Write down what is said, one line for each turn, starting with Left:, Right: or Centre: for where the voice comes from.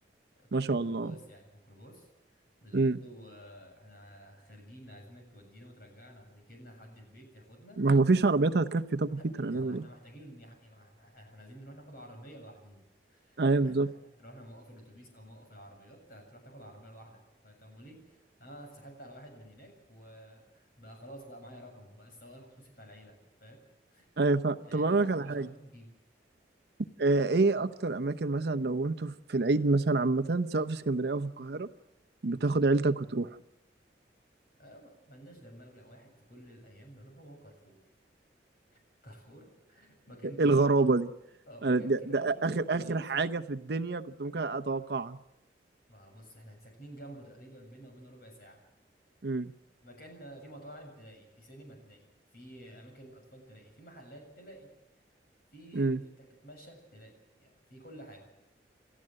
Right: ما
Left: ميكروباص
Right: شاء الله
Left: يعني ميكروباص بنقول
Right: مم.
Left: له آه، احنا خارجين عايزينك تودينا وترجعنا ويجي لنا لحد البيت ياخدنا
Right: ما هو مفيش عربيات هتكفي طب في ترى
Left: ما
Right: نعمل
Left: هو احنا
Right: ايه
Left: محتاجين إن يح... ما احنا إحنا عايزين نروح ناخد عربيه لوحدينا <laughs>
Right: ايوه
Left: فاهم
Right: بالظبط
Left: احنا تروح موقف الاتوبيس او موقف العربيات هتروح تاخد عربيه لوحدك فطب وليه انا اتسحبت على واحد من هناك وبقى خلاص بقى معايا رقمه بقى السواق الخصوصي بتاع العيله فاهم
Right: ايوه ف...
Left: العيله
Right: طب انا
Left: رايحه
Right: اقول لك على
Left: مشوار
Right: حاجه
Left: نجيب
Right: آه، ايه اكتر اماكن مثلا لو انتوا في العيد مثلا عامه سواء في اسكندريه او في القاهره بتاخد عيلتك وتروح
Left: آه، ما- ملناش غير ملجأ واحد في كل الايام بنروحه هو كارفور <laughs> كارفور مكان كبير
Right: الغرابه دي
Left: آه، مكان
Right: انا ده,
Left: كبير
Right: ده
Left: فيه
Right: اخر
Left: فرايتي
Right: اخر حاجه في الدنيا كنت ممكن اتوقعها
Left: ما بص احنا ساكنين جنبه تقريبا بينا وبينه ربع ساعة
Right: امم
Left: مكان آه، فيه مطاعم تلاقي في سينما تلاقي في أماكن الأطفال تلاقي في محلات تلاقي في
Right: امم
Left: ت- ت- تتمشى تلاقي يعني في كل حاجة